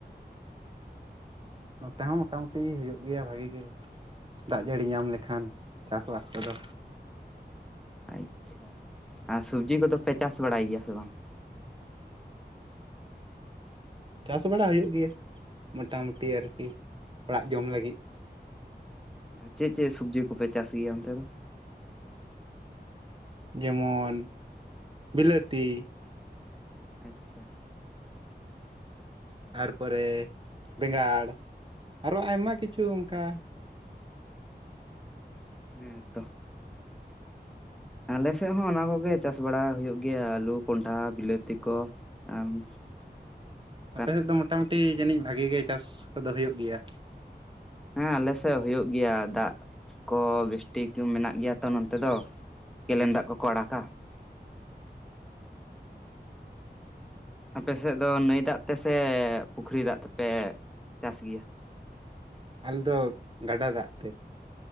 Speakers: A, on the right; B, in the centre.
A: ᱱᱚᱛᱮ ᱦᱚᱸ ᱢᱚᱴᱟ ᱢᱩᱴᱤ ᱦᱩᱭᱩᱜ ᱜᱮᱭᱟ, ᱵᱷᱟᱹᱜᱤ ᱜᱮ᱾ ᱫᱟᱜ ᱡᱟᱹᱲᱤ ᱧᱟᱢ ᱞᱮᱠᱷᱟᱱ ᱪᱟᱥ ᱵᱟᱥ ᱠᱚᱫᱚ
B: ᱟᱪᱪᱷᱟ ᱟᱨ ᱥᱚᱵᱽᱡᱤ ᱠᱚᱫᱚ ᱯᱮ ᱪᱟᱥ ᱵᱟᱲᱟᱭ ᱜᱮᱭᱟ ᱥᱮ ᱵᱟᱝ?
A: ᱪᱟᱥ ᱵᱟᱲᱟ ᱦᱩᱭᱩᱜ ᱜᱮᱭᱟ᱾ ᱢᱚᱴᱟ ᱢᱩᱴᱤ ᱟᱨᱠᱤ ᱚᱲᱟᱜ ᱡᱚᱢ ᱞᱟᱹᱜᱤᱫ
B: ᱪᱮᱫ ᱪᱮᱫ ᱥᱚᱵᱽᱡᱤ ᱠᱚᱯᱮ ᱪᱟᱥ ᱜᱮᱭᱟ ᱚᱱᱛᱮ ᱫᱚ?
A: ᱡᱮᱢᱚᱱ ᱵᱤᱞᱟᱹᱛᱤ,
B: ᱟᱪᱪᱷᱟ᱾
A: ᱛᱟᱨᱯᱚᱨᱮ ᱵᱮᱸᱜᱟᱲ ᱟᱨᱚ ᱟᱭᱢᱟ ᱠᱤᱪᱷᱩ ᱚᱱᱠᱟ
B: ᱦᱮᱸ, ᱛᱚ᱾ ᱟᱞᱮ ᱥᱮᱫ ᱦᱚᱸ ᱚᱱᱟ ᱠᱚᱜᱮ ᱪᱟᱥ ᱵᱟᱲᱟ ᱦᱩᱭᱩᱜ ᱜᱮᱭᱟ᱾ ᱟᱞᱩ ᱠᱚᱱᱰᱷᱟ ᱵᱤᱞᱟᱹᱛᱤ ᱠᱚ ᱟᱨ <inaudible>
A: ᱟᱯᱮ ᱥᱮᱫ ᱫᱚ ᱢᱚᱴᱟ-ᱢᱩᱴᱤ ᱡᱟᱹᱱᱤᱡ ᱵᱷᱟᱹᱜᱤ ᱜᱮ ᱪᱟᱥ ᱠᱚᱫᱚ ᱦᱩᱭᱩᱜ ᱜᱮᱭᱟ᱾
B: ᱦᱮᱸ ᱟᱞᱮ ᱥᱮᱫ ᱦᱩᱭᱩᱜ ᱜᱮᱭᱟ᱾ ᱫᱟᱜ ᱠᱚ ᱵᱮᱥᱴᱷᱤᱠ ᱢᱮᱱᱟᱜ ᱜᱮᱭᱟ ᱛᱚ, ᱱᱚᱱᱚᱛᱮ ᱫᱚ? ᱠᱮᱞᱮᱱ ᱫᱟᱜ ᱠᱚᱠᱚ ᱟᱲᱟᱜᱟ᱾ ᱟᱯᱮᱥᱮᱫ ᱫᱚ ᱱᱟᱹᱭ ᱫᱟᱜ ᱛᱮᱥᱮ ᱯᱩᱠᱷᱚᱨᱤ ᱫᱟᱜ ᱛᱮᱯᱮ ᱪᱟᱥ ᱜᱮᱭᱟ?
A: ᱟᱞᱮ ᱫᱚ ᱜᱟᱰᱟ ᱫᱟᱜ ᱛᱮ